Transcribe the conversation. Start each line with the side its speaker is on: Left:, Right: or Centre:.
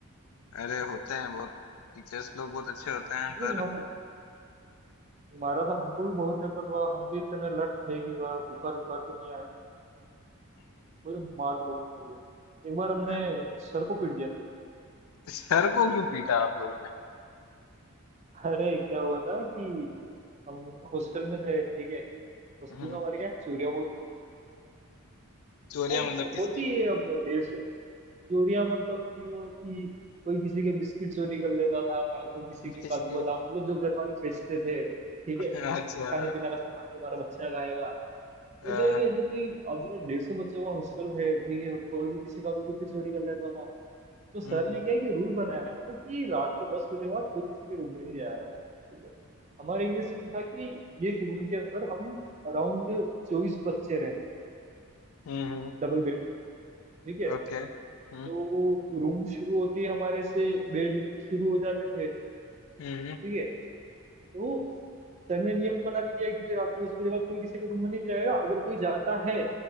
Left: अरे होते हैं बहुत टीचर्स लोग बहुत अच्छे होते हैं
Right: नहीं
Left: पर
Right: हम हमारा तो हमको भी बहुत है पर वाह हम भी इतने लट थे कि वाह बुखार बुखार तो नहीं आया मुझे मार तो बहुत पड़ी है एक बार हमने
Left: <laughs>
Right: सर को पीट दिया
Left: सर को क्यों पीटा आप लोगों ने
Right: था। अरे क्या हुआ था कि हम हॉस्टल में थे ठीक है हॉस्टल
Left: हम्म,
Right: में हमारे क्या चोरियां बहुत होती थी
Left: चोरियां
Right: अब
Left: मतलब किसकी
Right: होती है अब डेढ़ सौ चोरियां मतलब यूं है कि कोई किसी के बिस्किट चोरी कर लेता था कोई किसी के
Left: किसकी
Right: काजू बादाम मतलब जो घर वाले बेचते थे ठीक है
Left: अच्छा
Right: खाने पीने का सामान के हमारा बच्चा खाएगा
Left: अ,
Right: तो क्या है कि ऐसे कोई अब डेढ़ सौ बच्चों का हॉस्टल है ठीक है कोई भी किसी का भी कुछ भी चोरी कर लेता था तो सर
Left: हम्म
Right: ने क्या है कि रूल बनाया था कि रात को दस बजे बाद कोई किसी के रूम में नहीं जाएगा ठीक है हमारे ये सीन था कि एक रूम के अंदर हम अराउंड चौबीस बच्चे रहते थे
Left: हम्म हम्म,
Right: डबल बेड है ठीक है
Left: ओके हम्म
Right: तो रूम शुरू होते ही हमारे से बेड शुरू हो जाते थे
Left: हम्म हम्म,
Right: ठीक है तो सर ने नियम बना दिया कि भाई रात को दस बजे बाद कोई किसी के रूम में नहीं जाएगा अगर कोई जाता है